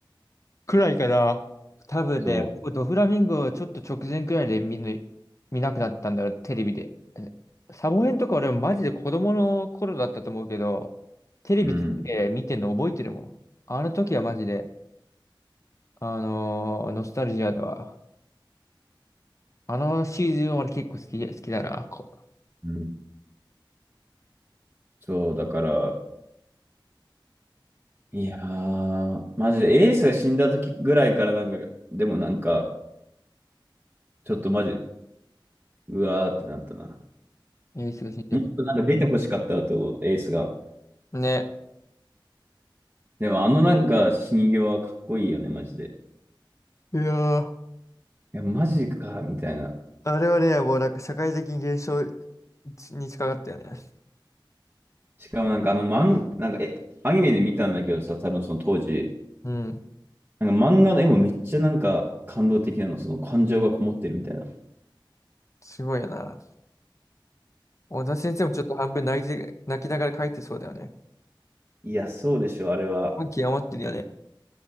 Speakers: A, on the left; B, on the right.
A: くらいかな。多分で、
B: そ
A: ドフラミンゴをちょっと直前くらいで見ぬ、見なくなったんだよ、テレビで。えサボヘンとか俺マジで子供の頃だったと思うけど、テレビつけて見てんの覚えてるもん。
B: う。うん。
A: あの時はマジで、あのーノスタルジアだわ。あのシーズン俺結構好き、好きだな。こ
B: うん。そう、だから、いやー、マジでエースが死んだ時ぐらいからなんか、でもなんか、ちょっとマジ、うわーってなったな。
A: う、エースが死んじゃって
B: もっとなんか出て欲しかったと、エースが。
A: ね。
B: でもあのなんか死に際はかっこいいよね、マジで。
A: いやー、
B: いや、マジか、みたいな。
A: あれはね、社会的現象に近かったよね。
B: しかもなんかあの漫、なんかえ、アニメで見たんだけどさ、多分その当時、
A: うん。
B: なんか漫画の絵もめっちゃなんか感動的なの、その感情がこもってるみたいな。
A: すごいよな。小田先生もちょっと半分泣いて、泣きながら書いてそうだよね。
B: いや、そうでしょ、あれは。
A: 感極まってるよね。